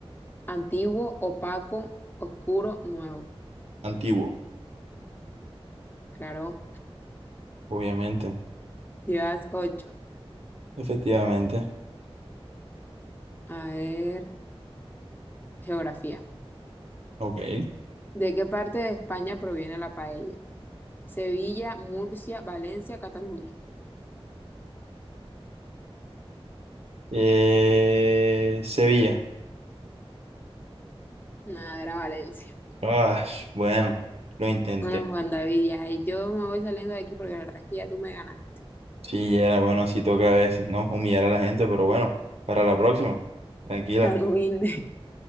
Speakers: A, on the left; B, on the right.
A: Antiguo, opaco, oscuro, nuevo.
B: Antiguo,
A: Claro.
B: obviamente.
A: Días ocho.
B: Efectivamente.
A: A ver, geografía.
B: Ok.
A: ¿De qué parte de España proviene la paella? Sevilla, Murcia, Valencia, Cataluña.
B: Eh, Sevilla.
A: Nada, era Valencia.
B: Ah, bueno, lo intenté.
A: Bueno, Juan David, ya ahí yo me voy saliendo de aquí porque la verdad es que ya tú me ganaste.
B: Sí, era bueno, así toca a veces, ¿no? Humillar a la gente, pero bueno, para la próxima. Tranquila.
A: <laughs> Tan humilde.